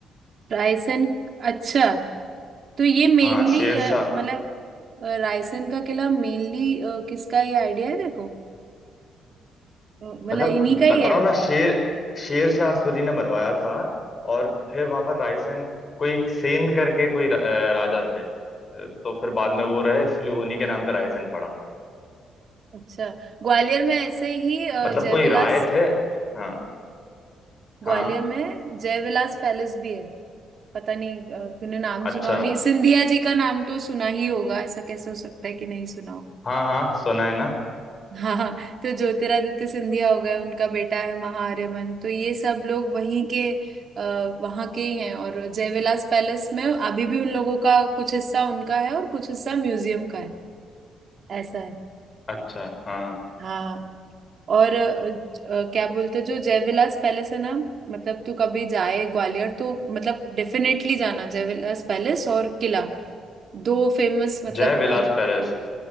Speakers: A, on the right; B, on the left.
A: रायसेन अच्छा तो ये मेनली
B: हाँ शेर
A: मतलब
B: शाह
A: अ, रायसेन का किला मेनली किसका ये आइडिया है देखो अ, मतलब
B: मतलब
A: इन्हीं का ही
B: बता
A: है
B: रहा हूँ ना शेर शेर शाह सूरी ने बनवाया था और फिर वहां पर रायसेन कोई एक सेन करके कोई र- अ, राजा थे अ, तो फिर बाद में वो रहे इसलिए उन्हीं के नाम पे रायसेन पड़ा
A: अच्छा ग्वालियर में ऐसे ही अ,
B: मतलब
A: जयविलास
B: कोई रायत है हाँ
A: ग्वालियर
B: हाँ
A: में जयविलास पैलेस भी है पता नहीं अ, तूने नाम
B: अच्छा
A: सुना हो नहीं सिंधिया जी का नाम तो सुना ही होगा ऐसा कैसे हो सकता है कि नहीं सुना हो
B: हाँ हाँ सुना है ना
A: हाँ तो ज्योतिरादित्य सिंधिया हो गए उनका बेटा है महाआर्यमन तो ये सब लोग वहीं के आ, वहां के ही हैं और जयविलास पैलेस में अभी भी उन लोगों का कुछ हिस्सा उनका है और कुछ हिस्सा म्यूजियम का है ऐसा है
B: अच्छा हाँ हाँ।
A: हाँ और अ, ज- अ, क्या बोलते हैं, जो जयविलास पैलेस है ना मतलब तू कभी जाए ग्वालियर तो मतलब डेफिनेटली जाना जयविलास पैलेस और किला दो फेमस मतलब
B: जय विलास
A: अ,
B: पैलेस